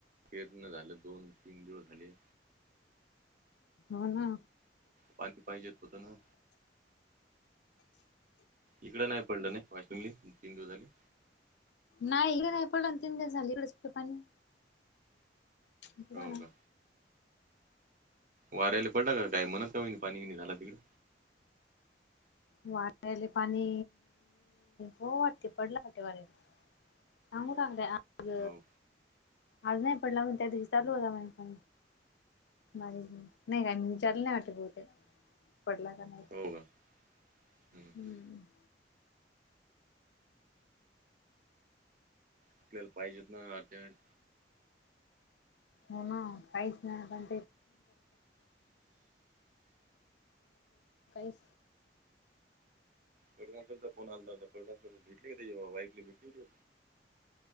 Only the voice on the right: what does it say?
पेरण्या झाल दोन तीन दिवस झाले.
पाणी पाहिजेच होत ना. इकड नाही पडल ना वाशिमले. दोन तीन दिवस झाले.
हो
का? वाऱ्याला पडला काय? म्हणत का पाणी नाही झाला तिकडे.
हो,
हो का हं,
हं. आपल्याला पाहिजेत ना अर्जेंट.
पडगावकरांचा फोन आलता. पडगावकर भेटली होती का त्याची वाईफले तु.